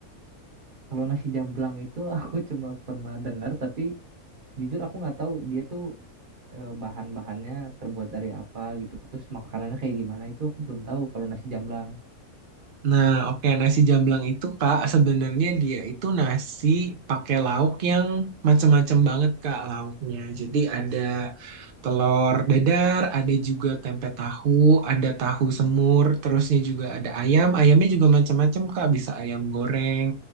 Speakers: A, on the right (about 40°); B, on the right (about 80°).
A: Kalau nasi jamblang itu <laughs> aku cuma pernah dengar, tapi jujur aku nggak tahu dia tuh eh, bahan-bahannya terbuat dari apa gitu. Terus makanannya kayak gimana itu aku belum tahu kalau nasi jamblang.
B: Nah, oke nasi jamblang itu Kak sebenarnya dia itu nasi pakai lauk yang macem-macem banget Kak lauknya. Jadi ada telur dadar, ada juga tempe tahu, ada tahu semur, terusnya juga ada ayam. Ayamnya juga macam-macam, Kak. Bisa ayam goreng,